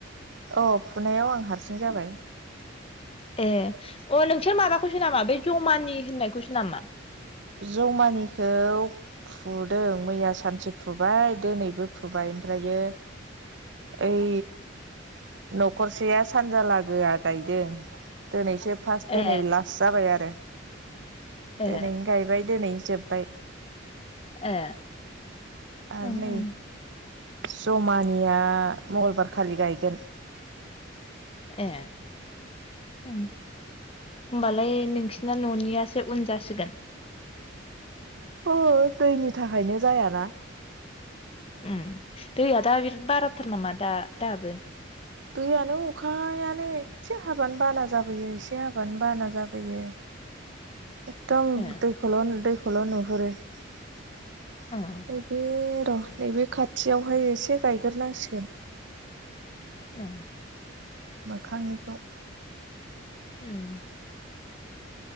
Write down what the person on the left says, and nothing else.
ए ओ नोंसोर माबाखौसो नामा बै जमानि होननायखौसो नामा?
ए
ए
ए
उम
उम
ए उम होमबालाय नोंसिना न'नियासो उन जासिगोन।
उम दैया दा बिराद बारथार नामा दा दाबो।
ए
उम
अ'
उम